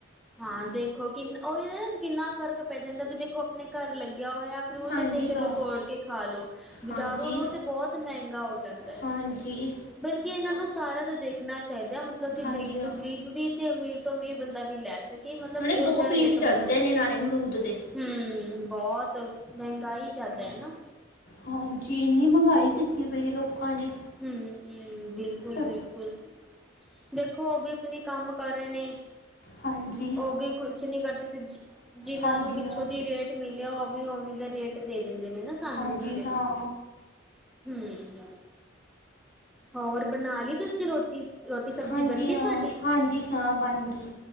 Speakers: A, in the centre; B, on the left.
A: ਹਾਂ ਦੇਖੋ ਕਿੰਨ ਉਹੀ ਨਾ, ਕਿੰਨਾ ਫਰਕ ਪੈ ਜਾਂਦਾ, ਵੀ ਦੇਖੋ ਆਪਣੇ ਘਰ ਲੱਗਿਆ ਹੋਇਆ। ਫਰੂਟ
B: ਹਾਂਜੀ
A: ਤੇ ਚਲੋ
B: ਹਾਂ
A: ਤੋੜ ਕੇ ਖਾ ਲਉ, ਬਾਜ਼ਾਰੋਂ
B: ਹਾਂਜੀ
A: ਲੋ ਤੇ ਬਹੁਤ ਮਹਿੰਗਾ ਹੋ ਜਾਂਦਾ ਹੈ।
B: ਹਾਂਜੀ।
A: ਬਲਕਿ ਇਹਨਾਂ ਨੂੰ ਸਾਰੇਆ ਦਾ ਦੇਖਣਾ ਚਾਹੀਦਾ ਮਤਲਬ ਕਿ
B: ਹਾਂਜੀ
A: ਗ਼ਰੀਬ
B: ਹਾਂ
A: ਤੋਂ ਗਰੀਬ ਵੀ। ਤੇ ਅਮੀਰ ਤੋਂ ਅਮੀਰ ਬੰਦਾ ਵੀ ਲੈ ਸਕੇ ਮਤਲਬ
B: ਨਾਲੇ
A: ਇਹੋ
B: ਦੋ
A: ਜਿਹਾ
B: ਪੀਸ
A: ਰੇਟ ਹੋਣਾ
B: ਚੜਦੇ
A: ਚਾਹੀਦਾ।
B: ਨੇ ਨਾਲੇ ਅਮਰੂਦ ਦੇ
A: ਹੂੰ ਬਹੁਤ ਮਹਿੰਗਾਈ ਜ਼ਿਆਦਾ ਹੈ। ਨਾ
B: ਹਾਂਜੀ, ਇੰਨੀ ਮਹਿੰਗਾਈ ਕੀਤੀ ਪਈ ਲੋਕਾਂ ਨੇ।
A: ਹੂੰ- ਹੂੰ ਬਿਲਕੁਲ-
B: ਸਰ
A: ਬਿਲਕੁਲ। ਬਿਲਕੁਲ, ਦੇਖੋ ਉਹ ਵੀ ਆਪਣੇ ਕੰਮ ਕਰ ਰਹੇ ਨੇ।
B: ਹਾਂਜੀ
A: ਉਹ ਵੀ ਕੁਛ ਨਹੀਂ ਕਰ ਸਕਦੇ, ਜਿਨਾਂ
B: ਹਾਂਜੀ
A: ਨੂੰ ਪਿੱਛੋਂ
B: ਹਾਂ
A: ਦੀ ਰੇਟ? ਮਿਲਿਆ ਉ ਵੀ ਉਵੇ ਦੇ ਰੇਟ ਦੇ ਦਿੰਦੇ ਨੇ ਨਾ ਸਾਨੂੰ
B: ਹਾਂਜੀ
A: ਵੀ ਫਿਰ
B: ਹਾਂ
A: ਹੂ। ਹੋਰ ਬਣਾ ਲਈ ਤੁਸੀਂ ਰੋਟੀ? ਰੋਟੀ ਸਬਜ਼ੀ
B: ਹਾਂਜੀ
A: ਬਣ ਗਈ
B: ਹਾਂ
A: ਤੁਹਾਡੀ।
B: ਹਾਂਜੀ ਹਾਂ ਬਣ ਗਈ